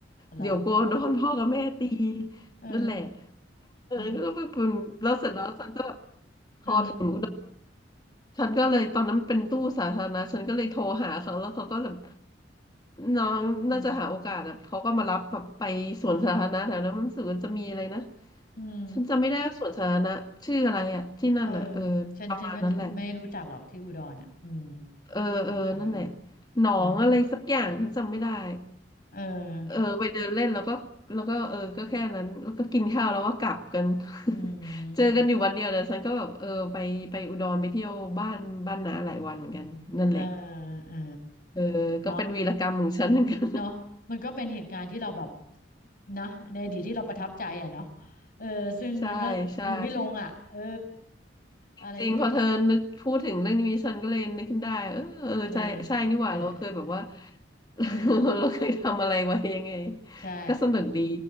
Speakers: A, on the left (about 50°); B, on the left (about 20°).
A: เหรอ
B: เดี๋ยวกลัวโดนพ่อกับแม่ตี
A: เออ
B: นั่นแหละเออก็เป็นแล้วเสร็จแล้วฉันก็
A: อืม
B: พอถึง
A: เออ
B: ฉันก็เลยตอนนั้นเป็นตู้สาธารณะฉันก็เลยโทรหาเขาแล้วเขาก็แบบน้องน่าจะหาโอกาสอะเขาก็มารับแบบไปสวนสาธารณะแถวนั้นมันรู้สึกว่าจะมีอะไรนะ
A: อืมอืมอืม
B: ฉันจำไม่ได้ว่าสวนสาธารณะชื่ออะไรอะที่นั่นอะเออประมาณนั้นแหละ
A: เออฉันฉันก็จะไม่รู้จักหรอกที่อุดรอ่ะอืม
B: เออเออนั่นแหละ
A: เออ
B: หนองอะไรสักอย่างฉันจำไม่ได้
A: เออเออ
B: เออไปเดินเล่นแล้วก็แล้วก็เออก็แค่นั้นแล้วก็กินข้าวแล้วก็กลับกัน
A: อื
B: <laughs> เจอกันอยู่วันเดียวแต่ฉันก็แบบเออไปไปอุดรไปเที่ยวบ้านบ้านน้าหลายวันเหมือนกันนั่นแหละ
A: มเออเออ
B: เออก็เป็นวีรกรรมของฉันเหมือนกัน
A: เนาะเนาะมันก็เป็นเหตุการณ์ที่เราแบบนะในอดีตที่เราประทับใจอ่ะเนาะเออซึ่งมันก็ลืมไม่ลงอ่ะเออ
B: <laughs> ใช่ใช่
A: อะไรปึ๊บ
B: จริงพอเธอนึกพูดถึงเรื่องนี้ฉันก็เลยนึกขึ้นได้เออเออใช่ใช่นี่หว่าเราเคยแบบว่า
A: เออเออเออ
B: <laughs> เราเคยทำอะไรไว้ยังไง
A: ใช่
B: ก็สนุกดี